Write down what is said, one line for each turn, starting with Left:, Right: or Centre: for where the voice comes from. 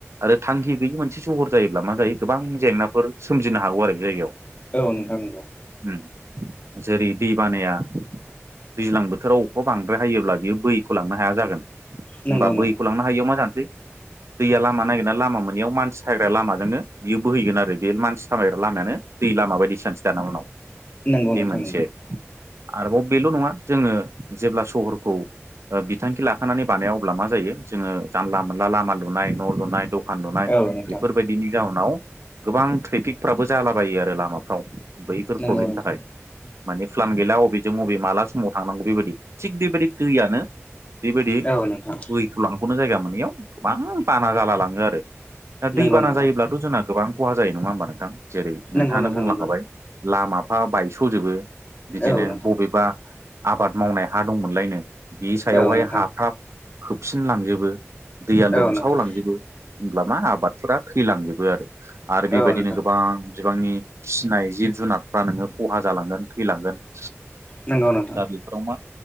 Right: आरो थांखि गैयै मोनसे सहर जायोब्ला मा जायो गोबां जेंनाफोर सोमजिनो हागौ आरो जायगायाव।
Left: औ नोंथां नंगौ।
Right: ओम जेरै दै बानाया दैज्लां बोथोराव <unintelligible> बांद्राय हायोब्ला बियो बोहैख'लांनो हाया जागोन होमबा
Left: नंगौ नंगौ नोंथां
Right: बोहैख'लांनो हायियाव मा जानोसै दैया लामा नागिनायाव लामा मोनैयाव मानसि फायग्रा लामाजोंनो बियो बोहैगोन आरो। बे मानसि थाबायग्रा लामायानो दै लामा बायदि जानसै दाना उनाव
Left: नंगौ
Right: बे
Left: नोंथां
Right: मोनसे
Left: नंगौ
Right: आरोबाव बेल' नङा जोङो जेब्ला सहरफ्रोव ओ बिथांखि लाखानानै बानायाव अब्ला मा जायो जोङो जानला मोनला लामा लुनाय न' लुनाय द' आनदुनाय
Left: औ नोंथां
Right: बेफोरबायदिनि जाउनाव गोबां ट्रेफिकफ्राबो जालाबायो आरो लामाफ्राव बैफोर
Left: नंगौ
Right: प्रब्लेमनि
Left: नोंथां
Right: थाखाय। मानि फ्लान गैला बबेजों बबे माला समाव थांनांगौ बेबायदि थिग बेबायदि दैयानो बेबायदि
Left: औ नोंथां
Right: बै स'लांख'नो जायगा मोनैयाव गोबां बाना जाला लाङो आरो दा दै
Left: नंगौ
Right: बाना
Left: नोंथां
Right: जायोब्लाथ' जोंना गोबां खहा जायो नङा होमबा नोंथां जेरै नोंथाङानो
Left: नंगौ नोंथां
Right: बुंलांखाबाय
Left: नंगौ
Right: लामाफा बायस'जोबो। बिदिनो
Left: औ नोंथां
Right: बबेबा आबाद मावनाय हा दंमोनलायनो बिनि सायावहाय
Left: औ नोंथां
Right: हाफ्रा खोबसिनलांजोबो दैया लोमसावलांजोबो।
Left: औ नोंथां
Right: होनब्ला मा आबादफोरा थैलांजोबो आरो। आरो बेबायदिनो
Left: औ नोंथां
Right: गोबां बिबांनि फिसिनाय जिब जुनारफ्रा नोङो खहा जालांगोन थैलांगोन। <inaudible>
Left: नंगौ नोंथां।
Right: दा बिफोराव मा?